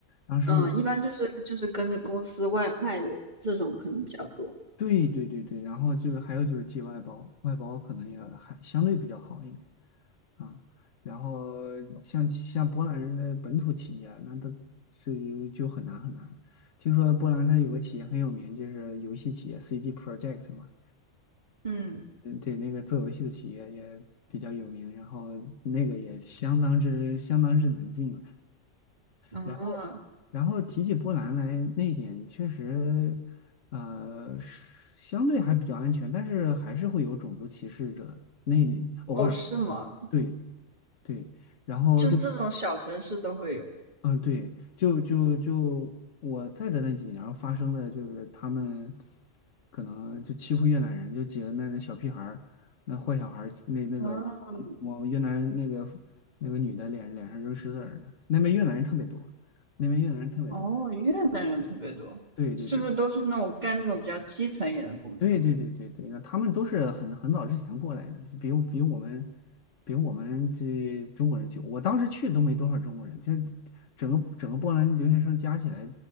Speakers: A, on the left (about 75°); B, on the right (about 35°).
A: 当时我
B: 嗯，一般就是就是跟着公司外派的这种可能比较多。
A: 对对对对对，然后就是还有就是寄外包，外包可能也还相对比较好一点啊。然后像像波兰人的本土企业啊，那都是就很难很难。听说波兰它有个企业很有名，就是游戏企业 CD p r o j e c t 嘛，
B: 嗯
A: 嗯对，那个做游戏的企业也比较有名，然后那个也相当之相当之难进了。
B: 嗯，
A: 然然后提起波兰来，那一点确实，呃，是相对还比较安全，但是还是会有种族歧视者，那里偶尔，
B: 哦，是吗？
A: 对对，然后就，
B: 就这种小城市都会有。
A: 嗯、对，就就就我在的那几年发生的就是他们可能就欺负越南人，就几个那那小屁孩儿，那坏小孩儿，那那个往往越南那个
B: 嗯，
A: 那个女的脸脸上扔石子儿的，那边越南人特别多，那边越南人特别多，
B: 哦，越南人特别多，
A: 对对对。
B: 是不是都是那种干那种比较基层一点的工作？
A: 对对对对对，那他们都是很很早之前过来的，比比我们比我们这中国人久。我当时去都没多少中国人，就整个整个波兰留学生加起来